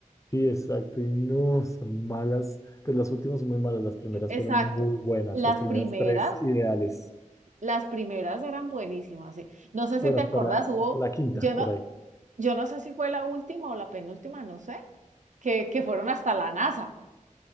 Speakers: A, on the left (about 25°); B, on the right (about 65°).
A: Sí, exacto. Y no, son malas. Pero las últimas son muy malas. Las primeras
B: Exacto.
A: fueron muy buenas.
B: Las
A: Las primeras
B: primeras,
A: tres ideales.
B: las primeras eran buenísimas, sí. No sé
A: Bueno,
B: si te acordás,
A: hasta la,
B: hubo,
A: hasta la quinta,
B: yo no,
A: por ahí.
B: yo no sé si fue la última o la penúltima, no sé, que, que fueron hasta la NASA.